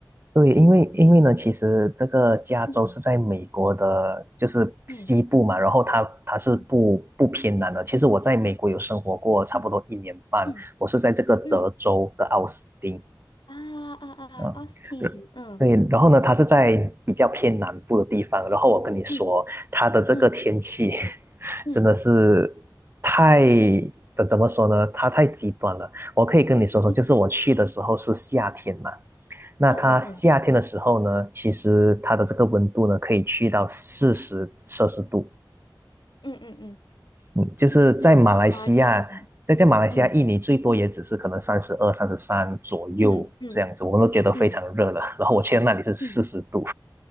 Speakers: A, on the right (about 30°); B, on the left (about 75°).
A: 对，因为因为呢，其实这个加州是在美国的，
B: 嗯
A: 就是西部嘛，
B: 嗯
A: 然后它它是不不偏南的。
B: 嗯
A: 其实我在美国有生活过差不多一年半，
B: 嗯嗯
A: 我是在这个德州的奥斯汀，
B: 嗯。啊啊啊啊，Austin，
A: 啊，
B: 嗯
A: 对，然后呢，它是在比较偏南部的地方。然后我跟你说，
B: 嗯
A: 它的这个天气
B: 嗯嗯
A: 真的是太，怎怎么说呢？它太极端了。我可以跟你说说，
B: 嗯
A: 就是我去的时候是夏天嘛，那它夏天的时候呢，
B: 嗯嗯嗯
A: 其实它的这个温度呢，可以去到四十摄氏度。
B: 嗯嗯嗯，
A: 嗯，就是在马来西亚，
B: 很夸张哦，
A: 在在马来西亚，
B: 嗯
A: 印尼最多也只是可能三十二、三十三左右这样子，
B: 嗯嗯
A: 我们都觉得非常热了。
B: 嗯
A: 然后我去到那里是四十度，
B: 嗯，